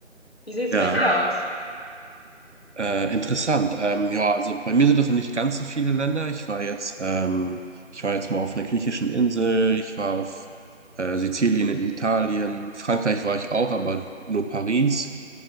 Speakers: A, on the left; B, on the right.
A: Wie sieht es
B: ja.
A: bei dir aus?
B: Äh, interessant. Ähm, ja, also bei mir sind das noch nicht ganz so viele Länder. Ich war jetzt, ähm, ich war jetzt mal auf einer griechischen Insel, ich war auf äh, Sizilien in Italien, Frankreich war ich auch, aber nur Paris